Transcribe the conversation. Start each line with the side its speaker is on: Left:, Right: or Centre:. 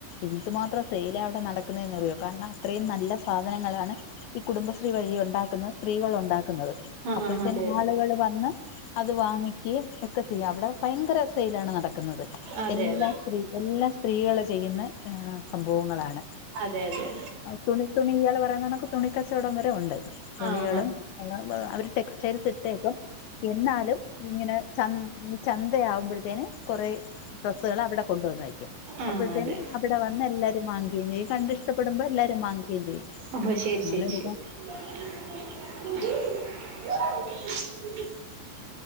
Left: എന്തുമാത്രം സെയ്‌ലാ അവിടെ നടക്ക്ന്നേന്ന്റിയോ കാരണം അത്രെയും നല്ല സാധനങ്ങളാണ് ഈ കുടുംബശ്രീ വഴി ഉണ്ടാക്ക്ന്ന സ്ത്രീകളുണ്ടാക്ക്ന്നത്
Right: ആഹ്
Left: അപ്പോഴ്ത്തേന്
Right: ആഹ് അതെ
Left: ആള്കള് വന്ന് അത് വാങ്ങിക്കെയും എക്കെ ചെയ്യും അവിടെ ഭയെങ്കെര സെയ്ലാണ് നടക്ക്ന്നത്
Right: അതെ
Left: എല്ലാം
Right: അതെ
Left: സ്ത്രീ എല്ലാം സ്ത്രീകള് ചെയ്യ്ന്നെ ഏഹ് സംഭവങ്ങളാണ്
Right: തെ അതെ അതെ
Left: തുണി തുണി ഇയാള് പറയുന്ന കണെക്ക് തുണിക്കച്ചോടം വരെ ഉണ്ട് തുണികളും
Right: ആഹ്
Left: അവര് ടെക്സ്റ്റൈൽസിട്ടേക്കും എന്നാലും ഇങ്ങെനെ ച ഈ ചന്തയാവുമ്പഴ്ത്തേന് കൊറേ ഡ്രസ്സ്കള് അവിടെ കൊണ്ട്‌വന്ന്‌വയ്ക്കും
Right: ആഹ്
Left: അപ്പഴ്ത്തേന്
Right: അതെ
Left: അവിടെ വന്ന് എല്ലാരും വാങ്ങിക്കേയും ചെയ്യും കണ്ട് ഇഷ്ടപ്പെട്മ്പ എല്ലാരും വാങ്ങിക്കേയും ചെയ്യും
Right: ഓഹോ ശെരി
Left: അങ്ങനെ
Right: ശെരി
Left: ഒരുപാ
Right: ശെരി <unintelligible>